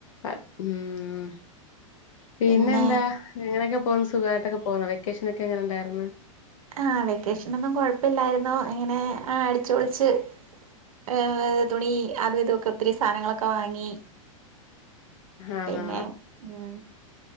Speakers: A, on the left; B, on the right.
A: അ ഉം പിന്നെന്താ
B: പിന്നെ
A: എങ്ങനെക്കെ <unintelligible> സുഖമയിട്ടൊക്കെ പോണ് വെക്കേഷൻൊക്കെ എങ്ങനെണ്ടായിർന്
B: ആ വെക്കേഷനൊന്നും കൊഴപ്പില്ലായിരുന്നു ഇങ്ങനെ ആ അടിച്ച് പൊളിച്ച് ഏ തുണി അതെ തുക്കത്തിൽ സാധനങ്ങളൊക്കെ വാങ്ങി
A: ആണോ
B: പിന്നെ ഉം